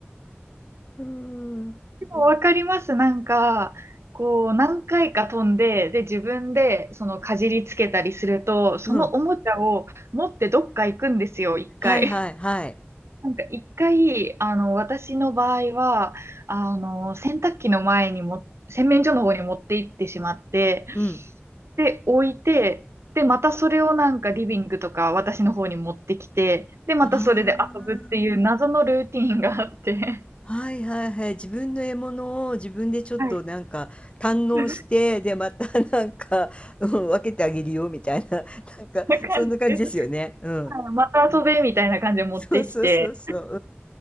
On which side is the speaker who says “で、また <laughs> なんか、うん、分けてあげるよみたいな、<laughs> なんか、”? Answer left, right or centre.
Left